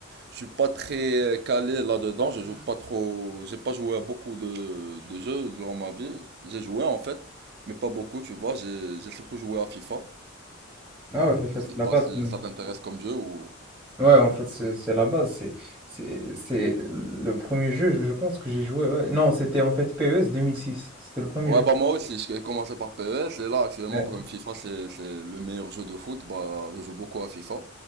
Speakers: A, on the right; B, in the centre.
A: je suis pas très euh, calé là-dedans. Je joue pas trop. J'ai pas joué à beaucoup de, de jeux durant ma vie. J'ai joué en fait, mais pas beaucoup, tu vois. J'ai, j'ai surtout joué à FIFA.
B: Ah ouais, c'est ça,
A: Je sais
B: c'est la
A: pas
B: base.
A: si
B: quand même.
A: ça t'intéresse comme jeu ou...
B: Ouais, en fait, c'est c'est la base. C'est c'est- c'est le premier jeu, je je pense, que j'ai joué. ouais. Non, c'était en fait PES 2006. C'était le premier
A: Ouais,
B: jeu.
A: bah moi aussi, je- j'ai commencé par PES et là actuellement,
B: Ouais.
A: comme FIFA, c'est, c'est le meilleur jeu de foot, bah je joue beaucoup à FIFA.